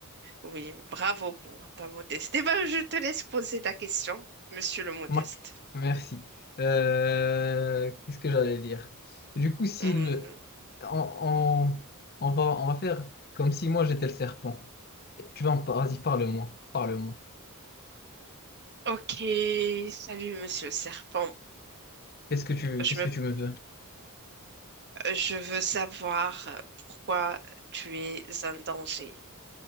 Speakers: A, on the right (about 50°); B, on the left (about 45°).
A: Oui, bravo pour ta modestie. Eh ben, je te laisse poser ta question, monsieur le modeste.
B: Mac, merci. Euh, qu'est-ce que j'allais dire? Du coup, si
A: Hmm.
B: le, on, on- on va, on va faire comme si moi j'étais le serpent. Tu vas, en par- vas-y, parle-moi, parle-moi.
A: Ok, salut Monsieur Serpent.
B: Qu'est-ce que tu,
A: Je
B: qu'est-ce
A: me,
B: que tu me veux?
A: je veux savoir euh, pourquoi tu es un danger.